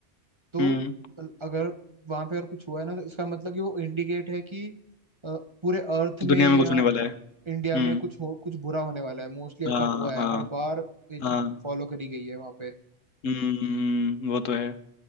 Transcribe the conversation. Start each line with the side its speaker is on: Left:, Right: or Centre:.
Right: तो
Left: हम्म
Right: अगर वहां पे अगर कुछ हुआ है ना तो इसका मतलब कि वो इंडिकेट है कि अ, पूरे अर्थ में
Left: दुनिया में कुछ
Right: या
Left: होने वाला है
Right: इंडिया
Left: हम्म
Right: में कुछ हो कुछ बुरा होने वाला है मोस्टली ऐसा
Left: हाँ
Right: हुआ है
Left: हाँ
Right: हर बार ये चीज
Left: हाँ
Right: फॉलो करी गई है वहां पे
Left: हम्म वो तो है